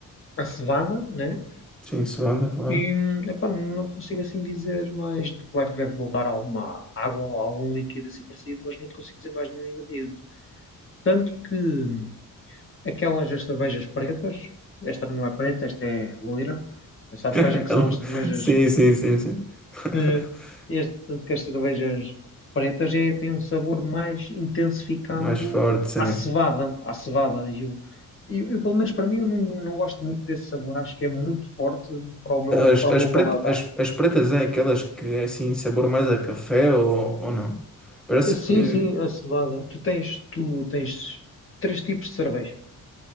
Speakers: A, on the left; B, in the centre.
A: a cevada, né?
B: sim, suada, claro.
A: E hum, epá, não te consigo assim dizer mais. Claro que deve levar alguma água ou algum líquido assim parecido, mas não te consigo dizer mais nenhum ingrediente. Tanto que hum, aquelas das cervejas pretas, esta não é preta, esta é loira. Sabes
B: <laughs>
A: quais é que
B: É
A: são
B: lu-
A: as cervejas
B: Sim, sim, sim, sim. <laughs>
A: eh, este, tanto que as cervejas pretas é, têm um sabor mais intensificado
B: Mais forte, sim.
A: à cevada, à cevada. E eu, e eu, pelo menos para mim, eu não, não gosto muito desse sabor. Acho que é muito forte para o meu,
B: As,
A: para o
B: as,
A: meu paladar.
B: pret- as, as pretas é aquelas que é assim, sabor mais a café ou, ou não? Parece
A: Eh, Sim,
B: que.
A: sim, a cevada. Tu tens, tu tens três tipos de cerveja.